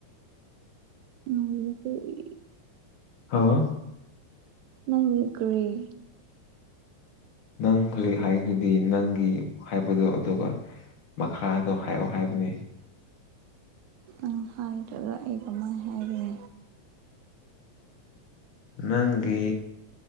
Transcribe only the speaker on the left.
ꯍꯥꯥ
ꯅꯪ ꯍꯧꯖꯤꯛ ꯍꯥꯏꯗꯨꯗꯤ ꯅꯪꯒꯤ ꯍꯥꯏꯕꯗꯣ ꯑꯗꯨꯒ ꯃꯈꯥ ꯑꯗꯣ ꯍꯥꯏꯌꯑꯣ ꯍꯥꯏꯕꯅꯦ
ꯅꯪꯒꯤ